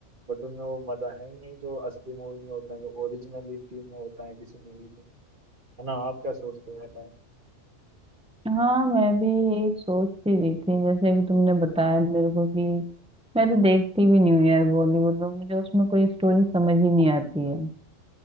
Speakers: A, on the right (about 40°); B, in the centre.
A: बट उनमें वो मजा है नहीं जो असली मूवी में होता है जो ओरिजिनलिटी में होता है किसी मूवी के है ना आप क्या सोचते हो बताएं
B: हाँ मैं भी यही सोच ही रही थी जैसे अभी तुमने बताया मेरे को कि मैं तो देखती भी नहीं हूँ यार बॉलीवुड में मुझे उसमें कोई स्टोरी समझ ही नहीं आती है